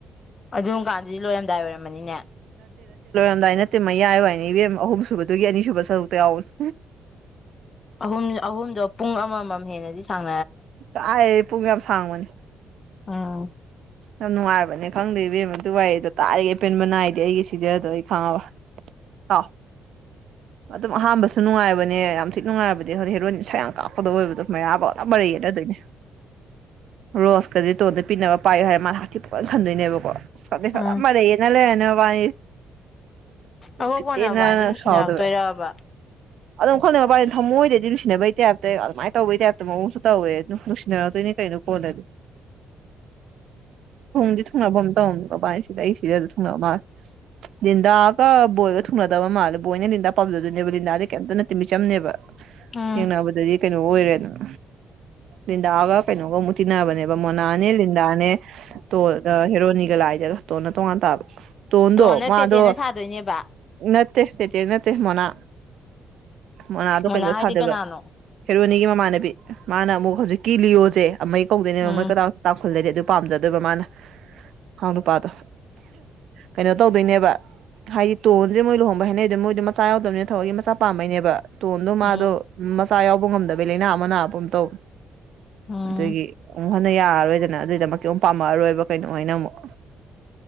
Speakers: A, on the left; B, on the right.
A: ꯑꯗꯨꯝ ꯀꯥꯟꯗꯗꯤ ꯂꯣꯏꯔꯝꯗꯥꯏ ꯑꯣꯏꯔꯝꯃꯅꯤꯅꯦ꯫
B: ꯆꯔꯝꯗꯥꯏ ꯅꯠꯇꯦ ꯃꯌꯥꯏ ꯑꯣꯏ ꯍꯥꯏꯅꯦ ꯏꯕꯦꯝ ꯑꯍꯨꯝꯁꯨꯨꯕꯗꯨꯒꯤ ꯑꯅꯤꯁꯨꯕ ꯁꯔꯨꯛꯇ ꯌꯥꯎꯕꯅꯤ꯫
A: ꯑꯍꯨꯝ ꯑꯍꯨꯝꯗꯣ ꯄꯨꯡ ꯑꯃꯃꯝ ꯍꯦꯟꯅꯗꯤ ꯁꯥꯡ
B: ꯀꯥꯏ ꯄꯨꯡ ꯌꯥꯝ ꯁꯥꯡꯕꯅꯤ꯫
A: ꯑꯥ꯫
B: ꯌꯥꯝ ꯅꯨꯡꯉꯥꯏꯕꯅꯦ ꯈꯪꯗꯦ ꯏꯕꯦꯝ ꯃꯗꯨ ꯋꯥꯔꯤꯗꯣ ꯇꯥꯔꯤꯒ ꯑꯄꯦꯟꯕ ꯅꯥꯏꯗꯤ ꯑꯩꯒꯤ ꯁꯤꯖꯗꯣ ꯑꯩ ꯈꯪꯑꯕ꯫ ꯑꯥꯎ꯫ ꯑꯗꯨꯝ ꯑꯍꯥꯟꯕꯁꯨ ꯅꯨꯡꯉꯥꯏꯕꯅꯦ ꯌꯥꯝ ꯊꯤꯛ ꯅꯨꯡꯉꯥꯏꯕꯅꯦ ꯍ ꯍꯦꯔꯣꯏꯅꯤꯟ ꯁꯁꯥ ꯌꯥꯝ ꯀꯥꯞꯄꯗ ꯑꯣꯏꯕꯗꯣ꯫ ꯃꯩꯔꯥꯐꯥꯎꯗ ꯃꯔꯩ ꯌꯦꯠꯅꯗꯣꯏꯅꯦ ꯔꯣꯁꯀꯁ ꯇꯣꯟꯗ ꯄꯤꯅꯕ ꯄꯥꯏꯌꯨ ꯍꯥꯏꯔ ꯃꯥ ꯍꯥꯇꯤ ꯄꯅ ꯈꯟꯗꯣꯏꯅꯦꯕꯀꯣ ꯐꯖ
A: ꯎꯝ
B: ꯃꯔꯩ ꯌꯦꯠꯅ ꯂꯩꯔꯅꯦ ꯃꯕꯥꯅꯤ꯫
A: ꯑꯕꯣꯛ
B: ꯎꯁꯤꯠꯇꯦꯅ
A: ꯀꯣꯟꯅꯕ ꯍꯥꯏꯗꯣ ꯑꯗꯨꯝ ꯁꯤꯟꯅꯔꯛꯇꯣꯏꯔꯕ
B: ꯁꯥꯎꯗꯕ꯫ ꯑꯗꯨꯝ ꯈꯪꯂ ꯃꯄꯥꯥꯏ ꯊꯝꯃꯣꯏꯗꯩꯗꯤ ꯅꯨꯡꯁꯤꯅꯕꯩ ꯇꯥꯏꯞꯇ ꯑꯗꯨꯃꯥꯏ ꯇꯧꯕꯩ ꯇꯥꯏꯞꯇ ꯃꯑꯣꯡꯁꯨ ꯇꯧꯋꯦ ꯑꯗꯨꯝ ꯅꯨꯡꯁꯤꯅꯔꯛꯇꯣꯏꯅꯤ꯫ ꯅꯩ ꯀꯩꯩꯅꫭ ꯀꯣꯜꯂ
A: <unintelligible>
B: ꯊꯨꯡꯗꯤ ꯊꯨꯡꯅꯕ ꯑꯃ ꯇꯧꯔꯅꯦ ꯕꯕꯥꯅꯤ ꯁꯤꯗ ꯑꯩ ꯁꯤꯗ ꯑꯗꯨ ꯊꯨꯡꯅꯕ ꯃꯥꯜꯦ ꯟꯗꯥꯒ ꯕꯣꯏꯒ ꯊꯨꯡ ꯅ ꯄꯥꯝꯖꯅꯦꯕꯗꯥ ꯀꯤꯃꯤꯆꯝꯅꯦꯕ
A: ꯎꯝ
B: ꯌꯦꯡꯅꯕꯗꯤꯩꯅ ꯀꯩꯅꯣ ꯑꯣꯏꯔꯦꯗꯅ ꯂꯤꯟꯗꯥꯒ ꯀꯩꯅꯣꯒ ꯑꯃꯨꯛ ꯇꯤꯟꯅꯕꯅꯦꯕ ꯃꯣꯅꯥꯅꯦ ꯂꯤꯟꯗꯥꯅꯦ ꯇꯣ ꯍꯦꯔꯣꯅꯤꯒ ꯂꯥꯏꯗꯒ ꯇꯣꯟꯅ ꯇꯣꯡꯉꯥꯟ ꯇꯥꯕ ꯇꯣꯗꯣ
A: ꯇꯣꯟꯅ
B: ꯃꯥꯗꯣ
A: ꯇꯦꯇꯦꯅ ꯁꯥꯗꯣꯏꯅꯦꯕ
B: ꯅꯠꯇꯦ ꯏꯦ ꯅꯠꯇꯦ ꯃꯣꯅꯥ ꯃꯣꯅꯥꯗꯣ
A: ꯃꯣꯅꯥ
B: ꯀꯩꯅꯣ
A: ꯍꯥꯏꯗꯤ
B: ꯊꯥꯗꯕ
A: ꯀꯅꯥꯅꯣ
B: ꯍꯦꯔꯣꯅꯤꯒꯤ ꯃꯃꯥꯟꯅꯕꯤ ꯃꯥꯅ ꯑꯃꯨꯛ ꯍꯧꯖꯤꯛꯀꯤ ꯂꯤꯑꯣꯁꯦ ꯑꯃ ꯀꯧꯗꯣꯏꯅꯦꯕ
A: ꯎꯝ
B: ꯃꯣꯏ ꯀꯗꯥꯏ ꯇꯥꯎꯞꯈꯂꯗꯤ ꯑꯗꯨ ꯄꯥꯝꯖꯗꯣꯏꯕ ꯃꯥꯅ ꯑꯥꯎ ꯅꯨꯄꯥꯗꯣ ꯀꯩꯅꯣ ꯇꯧꯗꯣꯏꯅꯦꯕ ꯍꯥꯏꯗꯤ ꯇꯣꯟꯁꯦ ꯃꯣꯏ ꯂꯨꯍꯣꯡꯕ ꯍꯥꯏꯅꯩ ꯑꯗꯨ ꯃꯣꯏꯗꯣ ꯃꯆꯥ ꯌꯥꯎꯗꯕꯅꯤꯅ ꯊꯕꯛꯀꯤ ꯃꯆꯥ ꯄꯥꯝꯕꯩꯅꯦꯕ ꯇꯣꯟꯗꯣ ꯃꯥꯗꯣ
A: ꯎꯝ
B: ꯃꯆꯥ ꯌꯥꯎꯕ ꯉꯝꯗꯕꯩ ꯂꯩꯥꯏꯅꯥ ꯑꯃ ꯅꯥꯄ ꯑꯃ ꯇꯧ
A: ꯎꯝ
B: ꯑꯗꯨꯒꯤ ꯑꯃꯨꯛ ꯍꯟꯅ ꯌꯥꯔꯔꯣꯏꯗꯅ ꯑꯗꯨꯏꯗ ꯀꯣꯝ ꯄꯥꯝꯃꯛꯑꯔꯣꯏꯕ ꯀꯩꯅꯣ ꯍꯥꯏꯅ ꯑꯃꯨꯛ